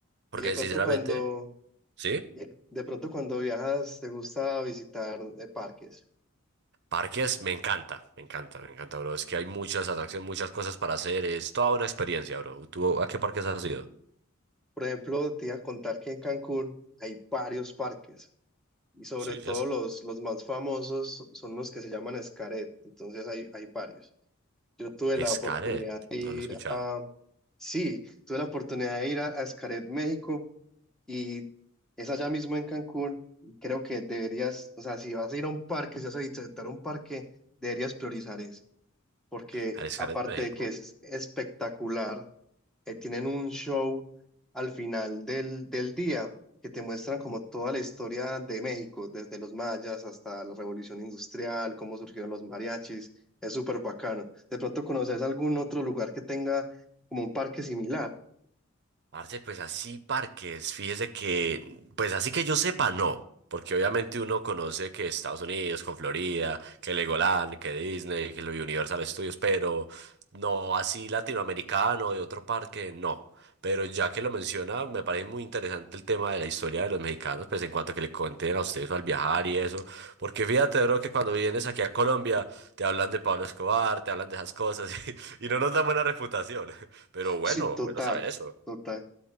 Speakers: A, on the right; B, in the centre.
A: Porque
B: Y de pronto
A: sinceramente,
B: cuando,
A: ¿sí?
B: y de pronto cuando viajas, te gusta visitar eh, parques.
A: Parques, me encanta, me encanta, me encanta, bro. Es que hay muchas atracciones, muchas cosas para hacer. Es toda una experiencia, bro. ¿Tú a qué parques has ido?
B: Por ejemplo, te iba a contar que en Cancún hay varios parques. Y sobre
A: Sí,
B: todo
A: ya sé.
B: los, los más famosos son los que se llaman Xcaret. Entonces hay, hay varios. Yo tuve la oportunidad
A: Xcaret,
B: de ir
A: no lo he escuchado.
B: a, sí, tuve la oportunidad de ir a, a Xcaret, México, y es allá mismo en Cancún. y Creo que deberías, o sea, si vas a ir a un parque, si vas a visitar un parque, deberías priorizar ese, porque
A: Al Xcaret,
B: aparte
A: México.
B: de que es espectacular, eh, tienen un show al final del, del día que te muestran como toda la historia de México, desde los mayas hasta la revolución industrial, cómo surgieron los mariachis. Es súper bacano. De pronto conoces algún otro lugar que tenga como un parque similar.
A: Parce, pues así parques, fíjese que, pues así que yo sepa, no, porque obviamente uno conoce que Estados Unidos con Florida, que Legoland, que Disney, que lo Universal Studios, pero no así latinoamericano de otro parque, no. Pero ya que lo menciona, me parece muy interesante el tema de la historia de los mexicanos, pues en cuanto a que le conten a ustedes al viajar y eso, porque fíjate, bro, que cuando vienes aquí a Colombia te hablan de Pablo Escobar, te hablan de esas cosas <laughs> y, y no nos dan buena reputación. <laughs> Pero bueno,
B: Sí, total,
A: bueno saber eso.
B: total.